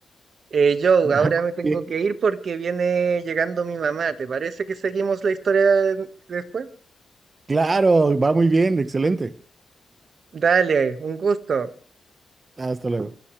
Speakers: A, on the right; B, on the right.
A: Eh,
B: <laughs>
A: Joe,
B: Muy
A: ahora me tengo
B: Bien.
A: que ir porque viene llegando mi mamá. ¿Te parece que seguimos la historia después?
B: Claro, va muy bien, excelente.
A: Dale, un gusto.
B: Hasta luego.